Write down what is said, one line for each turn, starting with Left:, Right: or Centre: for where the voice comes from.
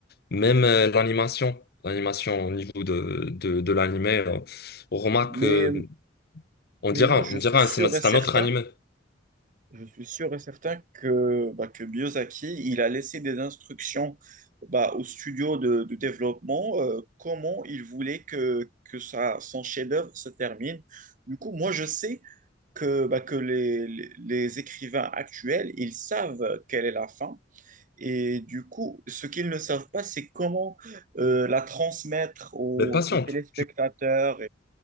Left: même euh, l'animation. L'animation au niveau de, de, de l'animé, là. on remarque,
Right: Mais,
Left: euh, on
Right: mais
Left: dira,
Right: moi, je
Left: on
Right: suis
Left: dira,
Right: sûr
Left: c'est no- c'est
Right: et certain
Left: un autre animé.
Right: Je suis sûr et certain que, bah, que Miyazaki, il a laissé des instructions bah, au studio de, de développement euh, comment il voulait que, que sa, son chef-d'œuvre se termine. Du coup, moi, je sais que, bah, que les, les, les écrivains actuels, ils savent quelle est la fin. Et du coup, ce qu'ils ne savent pas, c'est comment euh, la transmettre aux,
Left: Mais patiente.
Right: aux téléspectateurs